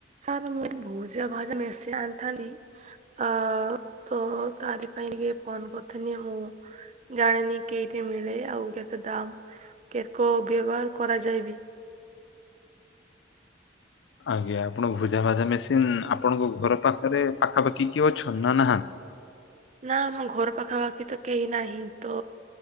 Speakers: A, on the right; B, on the left.
A: Sir ମୁଁ ଭୋଜି <unintelligible> ମିଶି ଆଥାନି ଆ ତ ତାରି ପାଇଁ ଟିକେ ଫୋନ କରିଥିନି ମୁଁ ଜାଣିନି କେଠି ମିଳେ ଆଉ କେତେ ଦାମ କେ କୋ ବ୍ୟବହାର କରାଯାଏବି।
B: ଆଜ୍ଞା ଆପଣ ଭୋଜା ଭାଜା ମେସିନ ଆପଣଙ୍କ ଘର ପାଖରେ ପାଖାପାଖି କିଏ ଅନ୍ ନା ନାହାନ୍ତି?
A: ନା ଆମ ଘର ପାଖାପାଖି ତ କେହି ନାହିଁ ତ